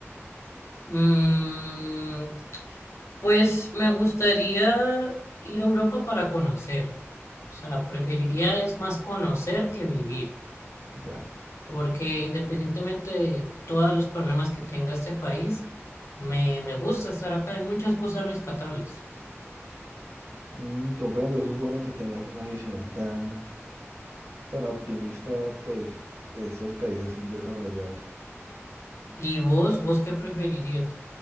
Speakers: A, on the left; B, on the right.
A: Mm, pues me gustaría ir a Europa para conocer. O sea, preferiría es más conocer que vivir,
B: Ya.
A: porque independientemente de todos los problemas que tenga este país, me, me gusta estar acá, hay muchas cosas rescatables.
B: Mm, comprendo, eso es bueno que tengas una visión tan tan optimista, pues, de estos países subdesarrollados.
A: ¿Y vos, vos qué preferirías?